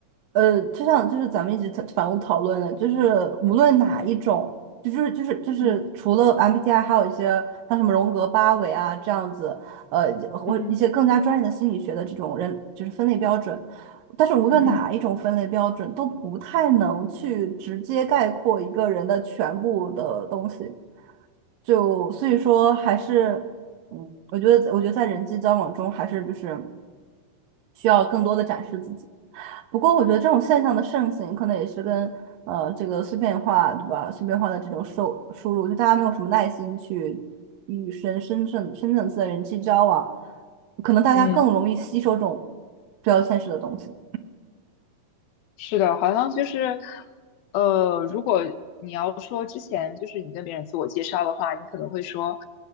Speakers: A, on the right; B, on the left.
A: 呃，就像就是咱们一直在反复讨论的，就是无论哪一种，就就是就是就是除了
B: 嗯
A: MBTI，还有一些像什么荣格八维啊这样子，呃或一些更加专业的心理学的这种人就是分类标准，
B: 嗯
A: 但是无论哪一种分类标准都不太能去直接概括一个人的全部的东西，
B: 嗯
A: 就所以说还是嗯，我觉得我觉得在人际交往中还是就是需要更多的展示自己。不过，我觉得这种现象的盛行，可能也是跟呃这个碎片化，对吧？碎片化的这种收输入，就大家没有什么耐心去与深深层深层次的人际交往，可能大家更容易吸收这种
B: 嗯。
A: 标签式的东西。
B: 是的，好像就是，呃，如果你要说之前就是你跟别人自我介绍的话，你可能会说，